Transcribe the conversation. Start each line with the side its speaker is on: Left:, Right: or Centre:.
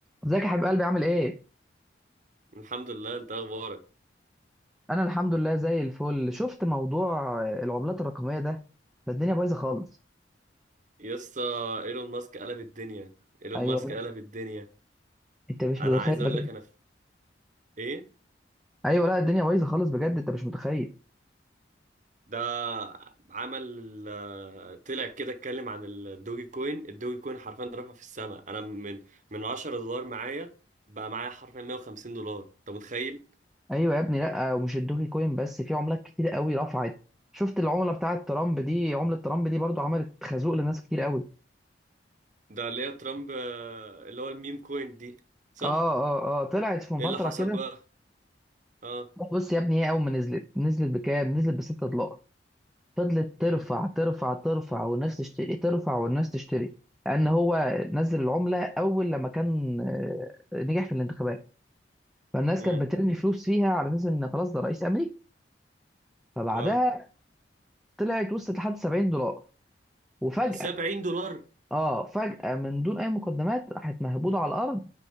Centre: ازيك يا حبيب قلبي عامل ايه؟
Right: الحمد لله انت اخبارك
Centre: انا الحمد لله زي الفل شفت موضوع العملات الرقميه ده ده الدنيا بايظه خالص
Right: يا اسطى ايلون ماسك قلب الدنيا ايلون
Centre: ايوه
Right: ماسك
Centre: لا.
Right: قلب الدنيا
Centre: انت مش
Right: انا
Centre: متخيل
Right: عايز اقول
Centre: بجد
Right: لك انا في ايه
Centre: ايوه لا الدنيا بايظه خالص بجد انت مش متخيل
Right: ده عمل آه، طلع كده اتكلم عن الدوجي كوين الدوجي كوين حرفيا رفع في السماء انا من من 10 دولار معايا بقى معايا حرفيا 150 دولار انت متخيل
Centre: ايوه يا ابني لا ومش الدوكي كوين بس في عملات كتير قوي رفعت شفت العمله بتاعه ترامب دي عمله ترامب دي برضو عملت خازوق لناس كتير قوي
Right: ده اللي هي ترامب آه، اللي هو الميم كوين دي صح
Centre: اه اه اه طلعت في
Right: ايه
Centre: فتره
Right: اللي حصل
Centre: كده
Right: بقى اه
Centre: بص يا ابني هي اول ما نزلت نزلت بكام؟ نزلت ب 6 دولار فضلت ترفع
Right: امم
Centre: ترفع ترفع والناس تشتري ترفع والناس تشتري لأن هو نزل العملة أول لما كان آه، نجح في الانتخابات فالناس
Right: امم
Centre: كانت بترمي فلوس فيها على أساس إن خلاص ده رئيس أمريكا فبعدها
Right: اه
Centre: طلعت وصلت لحد 70 دولار وفجأة
Right: 70 دولار
Centre: اه فجأة من دون أي مقدمات راحت مهبوطة على الأرض